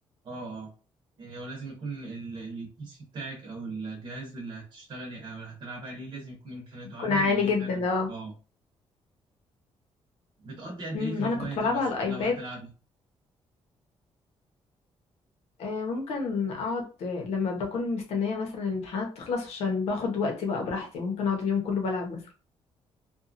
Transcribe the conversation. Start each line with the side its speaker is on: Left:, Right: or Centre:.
Right: اه اه يعني هو لازم يكون ال- البي سي بتاعك او الجهاز اللي هتشتغلي او اللي هتلعبي عليه لازم يكون امكانياته
Left: يكون
Right: عاليه
Left: عالي
Right: لان هي
Left: جدا
Right: فعلا
Left: اه
Right: اه بتقضي قد
Left: امم
Right: ايه في الهوايه
Left: انا كنت
Right: دي
Left: بلعبها
Right: مثلا
Left: على الايباد
Right: لو هتلعبي
Left: آه، ممكن اقعد آه، لما بكون مستنيه مثلا الامتحانات تخلص عشان باخد وقتي بقى براحتي ممكن اقعد اليوم كله بلعب مثلا